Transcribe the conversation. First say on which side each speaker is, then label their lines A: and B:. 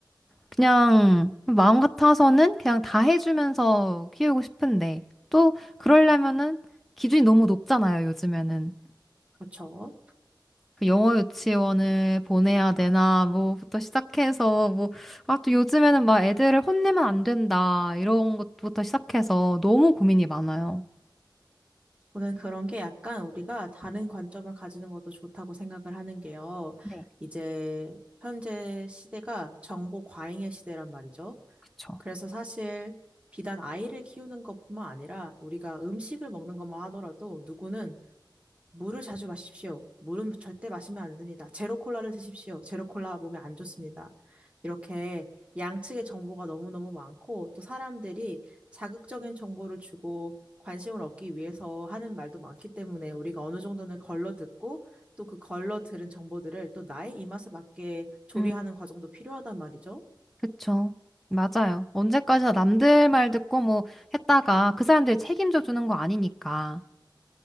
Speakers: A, in the centre; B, on the right (about 15°).
A: 그냥 마음 같아서는 그냥 다 해주면서 키우고 싶은데 또 그러려면은 기준이 너무 높잖아요, 요즘에는.
B: 그렇죠.
A: 그 영어 유치원을 보내야 되나 뭐부터 시작해서 뭐 아 또 요즘에는 막 애들을 혼내면 안 된다 이런 것부터 시작해서 너무 고민이 많아요.
B: 저는 그런 게 약간 우리가 다른 관점을 가지는 것도 좋다고 생각을 하는 게요.
A: 네,
B: 이제 현재 시대가 정보 과잉의 시대란 말이죠.
A: 그쵸.
B: 그래서 사실 비단 아이를 키우는 것뿐만 아니라 우리가 음식을 먹는 것만 하더라도 누구는 물을 자주 마십시오. 물은 절대 마시면 안 됩니다. 제로 콜라를 드십시오. 제로 콜라 몸에 안 좋습니다. 이렇게 양측의 정보가 너무너무 많고 또 사람들이 자극적인 정보를 주고 관심을 얻기 위해서 하는 말도 많기 때문에 우리가 어느 정도는 걸러 듣고 또 그 걸러 들은 정보들을 또 나의 입맛에 맞게 조리하는
A: 음,
B: 과정도 필요하단 말이죠.
A: 그쵸. 맞아요. 언제까지나 남들 말 듣고 뭐 했다가 그 사람들이 책임져 주는 거 아니니까.